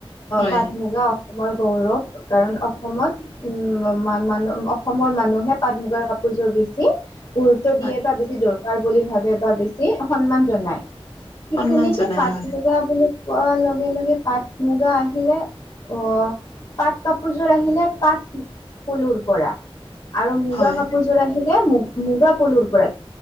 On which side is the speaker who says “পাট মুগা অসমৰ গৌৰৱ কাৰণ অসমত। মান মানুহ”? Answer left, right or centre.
Left